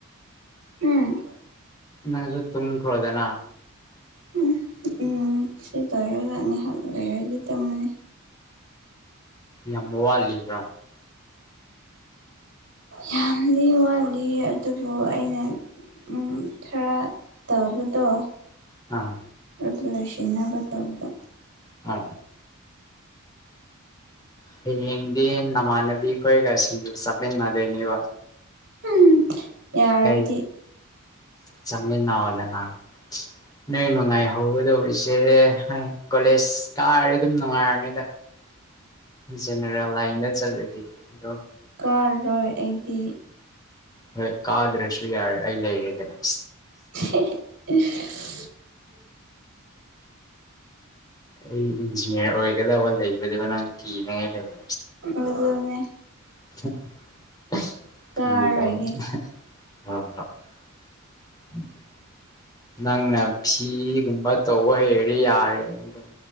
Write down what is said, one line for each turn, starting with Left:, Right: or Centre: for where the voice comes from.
Right: ꯎꯝ
Left: ꯅꯪꯁꯨ ꯇꯨꯝꯈ꯭ꯔ‌ꯣꯗꯅ
Right: ꯎꯝ ꯎꯝ ꯁꯤ ꯂ‌ꯣꯏꯔꯒ ꯉꯥꯏꯍꯥꯛ ꯂꯩꯔꯗꯤ ꯇꯨꯝꯃꯅꯤ
Left: ꯌꯥꯝ ꯋꯥꯠꯂꯤꯕ꯭ꯔꯣ
Right: ꯌꯥꯝꯗꯤ ꯋꯥꯠꯂꯤ ꯑꯗꯨꯕꯨ ꯑꯩꯅ ꯎꯝ ꯈꯔ ꯇꯧꯕꯗꯣ
Left: ꯑꯥ
Right: ꯑꯗꯨ ꯂꯣꯏꯁꯤꯟꯅꯕ ꯇꯧꯕ
Left: ꯍꯥ ꯍꯥꯌꯦꯡꯗꯤ ꯅꯃꯥꯟꯅꯕꯤ ꯈꯣꯏꯒꯁꯤꯡꯖꯨ ꯆꯠꯃꯤꯟꯅꯗꯣꯏꯅꯦꯕ
Right: ꯎꯝ ꯌꯥꯔꯗꯤ
Left: ꯀꯩ ꯆꯃꯤꯟꯅꯧꯑꯣꯅ‌ꯦꯅꯪ ꯅꯣꯏ ꯅꯨꯡꯉꯥꯏꯍꯧꯒꯗꯧꯔꯤꯁꯦ ꯍꯝ ꯀꯣꯂꯦꯖ ꯀꯥꯔ ꯑꯗꯨꯝ ꯅꯨꯡꯉꯥꯏꯔꯅꯤꯗ <unintelligible> ꯂꯥꯏꯟꯗ ꯆꯠꯂꯗꯤꯗꯣ
Right: ꯀꯥꯔꯣꯏ ꯑꯩꯗꯤ
Left: ꯍꯣꯏ ꯀꯥꯗ꯭ꯔꯁꯨ ꯌꯥꯔꯦ ꯑꯩ ꯂꯩꯔꯦꯗꯅ
Right: <unintelligible>
Left: ꯑꯩ ꯏꯟꯖꯤꯅꯤꯌꯥꯔ ꯑꯣꯏꯒꯗꯕ ꯂꯩꯕꯗꯨꯒ ꯅꯪ ꯀꯤꯅꯉꯥꯏ ꯂꯩꯕ
Right: ꯑꯗꯨꯅꯦ
Left: <unintelligible>
Right: ꯀꯥꯔꯔꯣꯏꯒꯦ
Left: <inaudible> ꯅꯪꯅ ꯐꯤꯒꯨꯝꯕ ꯇꯧꯕ ꯍꯩꯔꯗꯤ ꯌꯥꯔꯦ ꯑꯗꯨꯝ